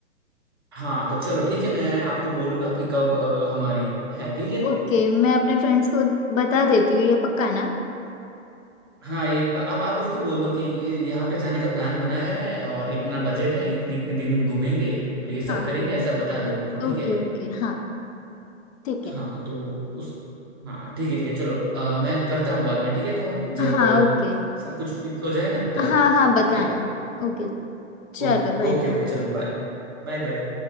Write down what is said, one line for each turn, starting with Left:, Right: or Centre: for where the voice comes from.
Right: हाँ तो चलो ठीक है मैं आपको बोलूंगा कि कब अ, हमारी है ठीक है
Left: ओके मैं अपने फ्रेंड्स को बता देती हूँ ये पक्का ना
Right: हाँ एक बार आप आप उसको बोल दो कि यहाँ पे जाने का प्लान बनाया है और इतना बजट है इतने इतने दिन घूमेंगे और ये सब
Left: हाँ
Right: करेंगे ऐसा बता दो उनको ठीक
Left: ओके
Right: है
Left: ओके हाँ ठीक
Right: हाँ
Left: है
Right: तो उस हाँ ठीक है ठीक है चलो अ, मैं करता हूँ बाद में ठीक है फोन जब
Left: हाँ
Right: अ,
Left: ओके
Right: सब कुछ फिक्स हो जाए ना तब
Left: हाँ हाँ बताना
Right: ठीक है
Left: ओके चलो
Right: ओके
Left: बाय
Right: ओके
Left: बाय
Right: ओके चलो बाय बाय बाय